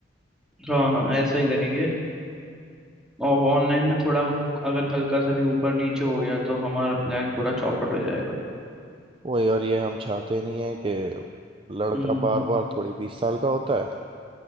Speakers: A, in the centre; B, on the right.
A: हाँ हाँ ऐसा ही करेंगे और ऑनलाइन में थोड़ा अगर हल्का सा भी ऊपर नीचे हो गया तो हमारा प्लान पूरा चौपट हो जाएगा
B: वही और ये हम चाहते नहीं है कि लड़का
A: हम्म
B: बार बार थोड़ी बीस साल का होता है